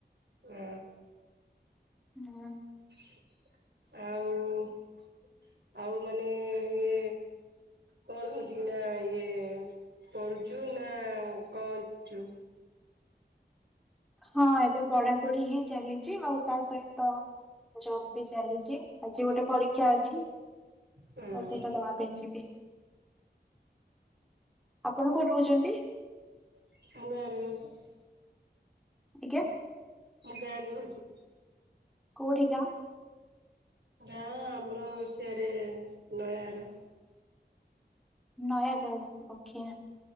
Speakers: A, on the right (about 70°); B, in the centre.
A: ଉଁ।
B: ଉଁ।
A: ଆଉ ଆଉ ମାନେ ଇଏ କଣ ହୋଉଛି କି ନା ଇଏ ପଢୁଚୁ ନା କଚୁ
B: ହଁ ଏବେ ପଢାପଢି ହିଁ ଚାଲିଛି ଆଉ ତା ସହିତ ଜବ ବି ଚାଲିଚି। ଆଜି ଗୋଟେ ପରୀକ୍ଷା ଅଛି ତ
A: ହୁଁ
B: ସେଇଟା ଦବା ପାଇଁ ଯିବି। ଆପଣ କୋଉଠି ରହୁଚନ୍ତି?
A: <unintelligible>
B: ଆଜ୍ଞା।
A: ମୁଁ ଗାଁରେ ରହୁଚି।
B: କୋଉଠିିକା?
A: ନା ଆମର ସିଆଡେ ନାୟ ଆଡ
B: ନୟାଗଡ ପକ୍ଷା